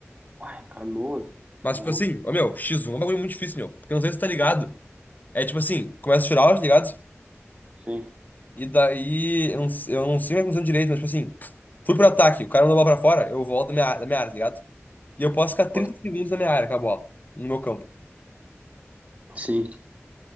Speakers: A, on the right (about 30°); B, on the left (about 40°).
A: Ai, Canoas.
B: Mas,
A: Tá louco.
B: tipo assim, ô meu, X1 é um bagulho muito difícil, meu. Porque eu não sei se tá ligado. É tipo assim, começa a tirar, aula, tá ligado?
A: Sim.
B: E daí, eu não, eu não sei o que aconteceu direito, mas tipo assim, fui pro ataque, o cara mandou a bola pra fora, eu volto da minha, á- da minha área, tá ligado? E eu posso ficar trinta
A: Bota...
B: segundos na minha área com a bola, no meu campo.
A: fé. Sim.